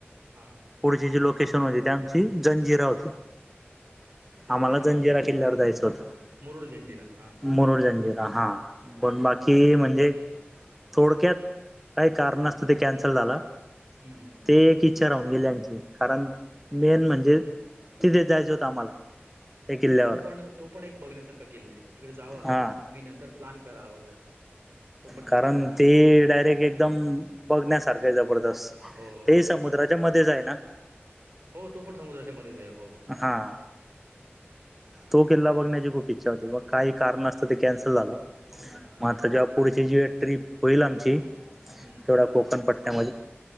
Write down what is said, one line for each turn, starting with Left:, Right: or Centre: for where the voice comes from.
Right: हां
Centre: पुढची जी लोकेशन होती ते आमची जंजिरा होती.
Right: जंजिरा
Centre: आम्हाला
Right: किल्ला
Centre: किल्ल्यावर
Right: हा
Centre: जायचं होतं
Right: मुरड जंजिरा हा.
Centre: मुरुड जंजिरा हा पण बाकी म्हणजे थोडक्यात काही कारण असतं ते कॅन्सल झालं.
Right: हम् हम्
Centre: ते एक इच्छा राहून गेली आमची कारण मेन म्हणजे तिथे जायचं होतं आम्हाला. त्या किल्ल्यावर
Right: तो पण, तो पण एक बघण्यासारखा किल्ला आहे तिकडे जावा
Centre: हा
Right: तुम्ही नंतर प्लॅन करा हवं तर. तो पण
Centre: कारण
Right: किल्ला बघून घ्या
Centre: ते डायरेक्ट
Right: हं.
Centre: एकदम बघण्यासारख जबरदस्त
Right: हो
Centre: ते समुद्रा-
Right: तो
Centre: त्याध्ये जा आहे ना
Right: हो तो पण समुद्राच्या मध्येच आहे हो.
Centre: हां तो किल्ला बघण्याची खूप इच्छा होती मग काही कारण असतं ते कॅन्सल झालं.
Right: हम्म हम्म
Centre: म आता जेव्हा पुढची जेव्हा ट्रिप होईल आमची
Right: हम्म
Centre: तेवढा कोकणपट्ट्यामध्ये